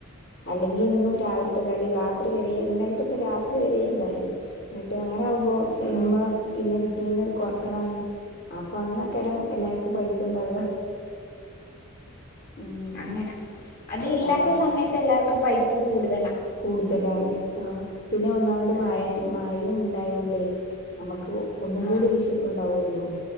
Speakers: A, on the left; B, on the left.
A: അല്ലെങ്കിൽ എന്നും രാവിലത്തെ കടി രാത്രി വരെ ഇന്നലത്തൊക്കെ രാത്രി വരെ ഇണ്ടായിന്. എന്നട്ട് അങ്ങനാകുമ്പോ
B: ഓ
A: ഇമ്മ പിന്നെ പിറ്റേന്ന് കൊർ ക്കണാണ് അപ്പൊ അന്നക്കരം എല്ലാർക്കും പൈപ്പ് ഉണ്ടാവുക. ഉം
B: അങ്ങനെ. അത് ഇല്ലാത്ത
A: ആഹ്
B: സമയത്ത് എല്ലാർക്കും പൈപ്പ് കൂടുതലാ.
A: കൂടുതലാണ് ആഹ് പിന്നെ ഒന്നാമത്
B: ആഹ്
A: മയ മയയും ഉണ്ടായോണ്ടേ. നമ്മക്ക് ഒന്നും കൂടി
B: ആഹ്
A: വിശപ്പ്ണ്ടാവല്ലോ